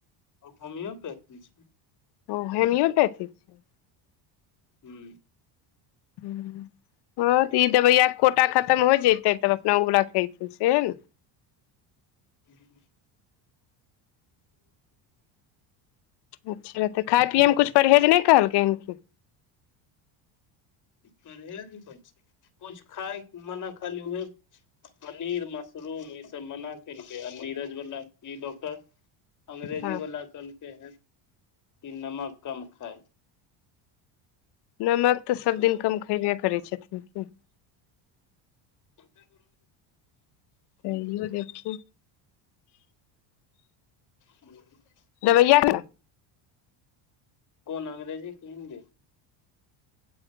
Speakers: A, on the left (about 35°); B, on the left (about 55°).
A: होमियोपैथी छै
B: ओ होमियोपैथी छै
A: हूँ
B: हँ तऽ ई दबैयाके कोटा खत्म हो जतै तब अपना उब रखेतै सेहे ने
A: हुंम्म
B: अच्छा तऽ खाय पियैमे किछु परहेज नहि कहलकै हन की
A: परहेज मे कुछ खाय मना खाली पनीर मशरूम ई सभ मना केलकै आ नीरज वला ई डॉक्टर अंग्रेजी
B: हँ
A: वला कहलते हन कि नमक कम खाए
B: नमक तऽ सब दिन कम खयबे करै छथिन की
A: ओ <unintelligible>
B: तैयो देखू
A: ह <unintelligible>
B: दबैआ के <unintelligible>
A: कोन अंग्रेजी की हिन्दी